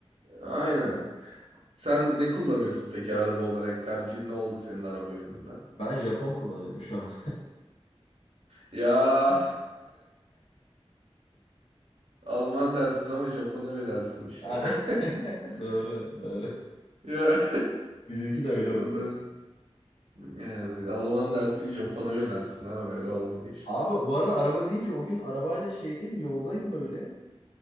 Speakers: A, on the right; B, on the left.
A: Aynen. Sen ne kullanıyorsun peki araba olarak? Tercihin ne oldu senin araba yönünde?
B: Ben Japon kullanıyorum şu an.
A: Ya <laughs> Alman dersin ama Japon'a binersin
B: <laughs>
A: işte.
B: Aa, <laughs>
A: <laughs>
B: Doğru. Doğru.
A: Ya <laughs>
B: Bizimki de öyle
A: yazı-
B: oldu gerçekten.
A: yani Alman dersin Japon'a binersin abi öyle olmuyor işte.
B: Abi bu arada araba deyince o gün arabayla şeydeyim yoldayım böyle.